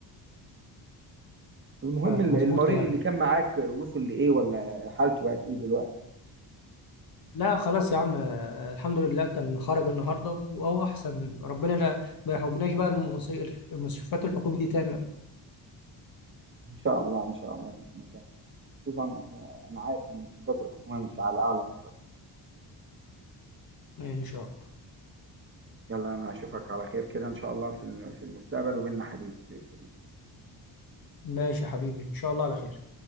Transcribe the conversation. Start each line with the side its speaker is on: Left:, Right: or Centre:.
Right: المهم
Left: فعلا
Right: ال-
Left: مظبوط
Right: المريض
Left: كلام
Right: اللي كان معاك وصل لايه ولا حالته بقت ايه دلوقتي
Left: لا خلاص يا عم آه، الحمد لله كان خرج النهارده وهو احسن ربنا لا ما يحوجناش بقى المس- المستشفيات الحكومي دي تاني
Right: ان شاء الله ان شاء الله باذن الله خصوصا احنا انا عارف ان المستشفيات الحكوميه مش على اعلى مستوى
Left: ان شاء الله
Right: يلا انا هشوفك على خير كده ان شاء الله في الم- في المستقبل وبيننا حديث جديد
Left: ماشي يا حبيبي ان شاء الله على خير